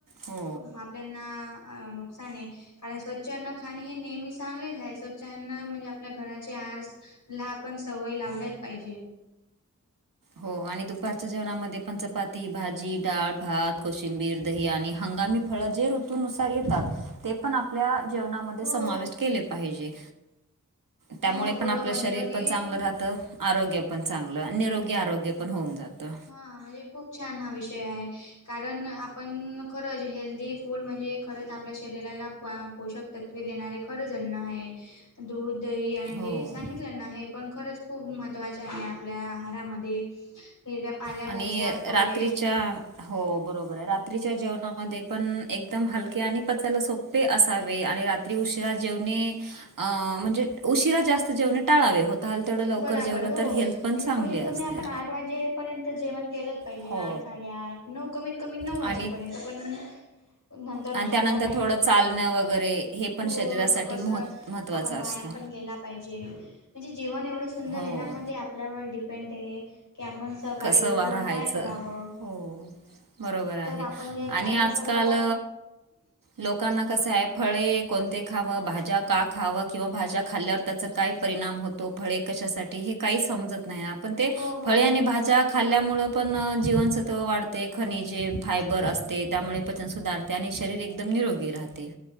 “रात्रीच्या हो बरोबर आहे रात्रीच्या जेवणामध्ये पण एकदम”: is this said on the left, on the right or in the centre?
Right